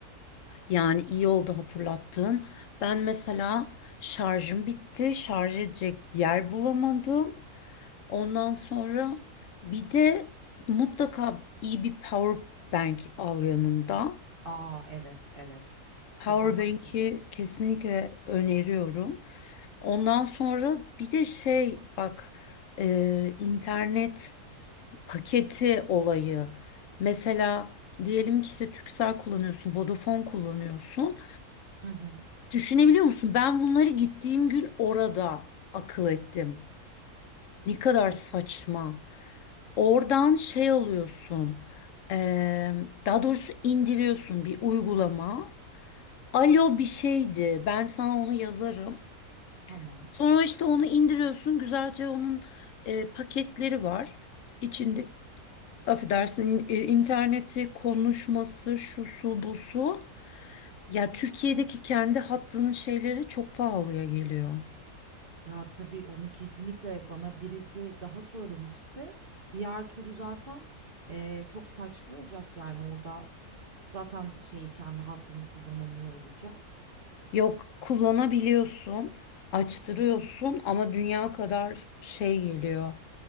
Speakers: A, on the left (about 65°); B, on the right (about 35°).
A: yani iyi oldu hatırlattın. Ben mesela şarjım bitti. Şarj edecek yer bulamadım. Ondan sonra bir de mutlaka iyi bir power bank al yanında.
B: Aa evet evet.
A: Power
B: Çok haklısın.
A: bank'i kesinlikle öneriyorum. Ondan sonra bir de şey bak e, internet paketi olayı. Mesela diyelim ki işte Turkcell kullanıyorsun, Vodafone kullanıyorsun.
B: Hı hı.
A: Düşünebiliyor musun? Ben bunları gittiğim gün orada akıl ettim. Ne kadar
B: Of
A: saçma. Oradan şey alıyorsun. eee, daha doğrusu indiriyorsun bir uygulama. Alo bir şeydi. Ben sana onu yazarım.
B: tamam.
A: Sonra işte onu indiriyorsun. Güzelce onun eee, paketleri var. İçinde Affedersin in- e, interneti konuşması şu su bu su. Ya Türkiye'deki kendi hattının şeyleri çok pahalıya geliyor.
B: Ya tabii onu kesinlikle bana birisi daha söylemişti. Diğer türlü zaten eee, çok saçma olacak yani orada zaten şeyi kendi hattımı kullanamıyor olacağım.
A: Yok kullanabiliyorsun, açtırıyorsun ama dünya kadar şey geliyor.